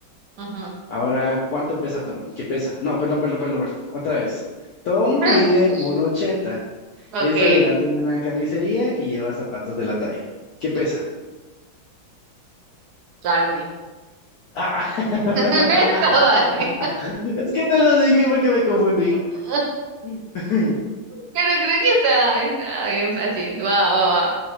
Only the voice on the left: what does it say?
Ahora, ¿cuánto pesa Tom? ¿Qué pesa? No, perdón, perdón, perdón, perdón. Otra vez. Tom
mide uno ochenta.
Es ayudante en una carnicería y lleva zapatos de la talla. ¿Qué pesa?
Ah, <laughs>
es que te lo dije porque me confundí.
<laughs>